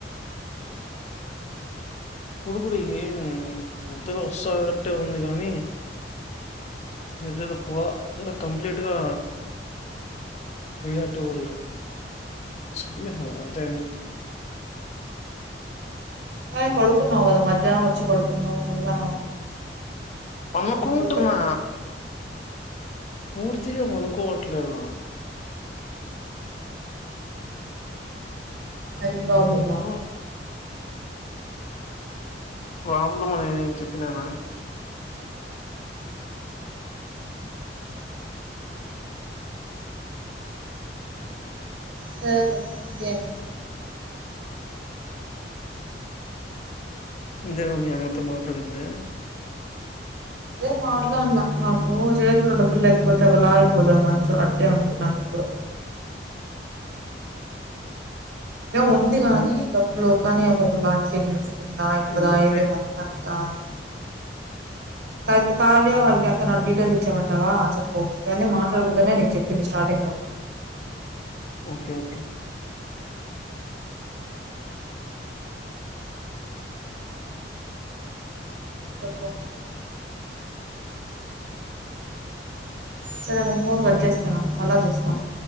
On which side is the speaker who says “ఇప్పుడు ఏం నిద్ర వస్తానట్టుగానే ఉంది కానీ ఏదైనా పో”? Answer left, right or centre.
Left